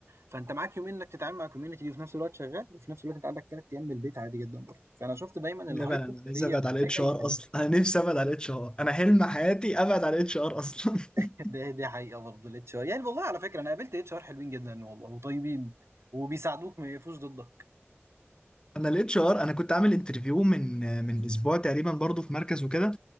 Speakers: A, on the right (about 75°); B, on the left (about 20°).
A: فأنت معاك يومين إنك تتعامل مع الcommunity دي وفي نفس الوقت شغال، وفي نفس الوقت أنت عندك 3 أيام من البيت عادي جدًا برضه، فأنا شُفت دايمًا الhybrid
B: لا انا نفسي
A: هي
B: ابعد
A: الحاجة
B: على الاتش ار
A: الحلوة
B: اصلا انا نفسي ابعد على الاتش ار انا حلم حياتي ابعد على الاتش ار اصلا <laughs>
A: <laughs> ده دي حقيقة برضه الHR يعني والله على فكرة أنا قابلت HR حلوين جدًا والله وطيبين وبيساعدوك ما يقفوش ضدك،
B: انا الاتش ار انا كنت عامل انترفيو من من اسبوع تقريبا برضو في مركز وكده